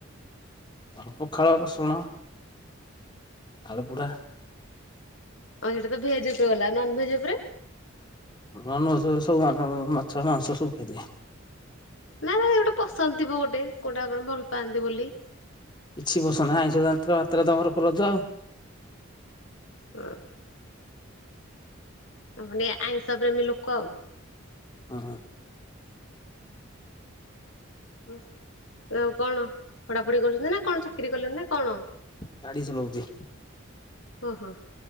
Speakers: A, on the left; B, on the left.
A: ହ ପଖାଳ ରସୁଣ। ଆଲୁ ପୋଡ଼ା।
B: ଆଁ ସେଇଟା ତ ଭେଜ୍ ଉପରେ ଗଲା ଆଉ ନନଭେଜ୍ ଉପରେ?
A: ହ ନନ <unintelligible> ମୁଁ ସବୁ ମାଛ ମାଂସ ସବୁ ଖାଇଦିଏ।
B: ନା ନା ଏ ଗୋଟେ ପସନ୍ଦ ଥିବ ଗୋଟେ କେଉଁଟା ଆପଣ ଭଲ ପାଆନ୍ତି ବୋଲି?
A: କିଛି ପସନ୍ଦ ନାଇଁ ଆଇଁଷ <unintelligible> ମାତ୍ରେ ତ ଆମର ରଜ ଆଉ।
B: ଓହୋ। ହଁ ମାନେ ଆଇଁଷ ପ୍ରେମୀ ଲୋକ ଆଉ।
A: ହଁ ହଁ।
B: ଉଁ ଆଉ କଣ ପଢ଼ାପ୍ ପଢ଼ି କରୁଛନ୍ତି ନା, କଣ ଚାକିରି କଲେଣି, ନା କଣ
A: ଗାଡି ଚଲଉଛି
B: ଓହୋ।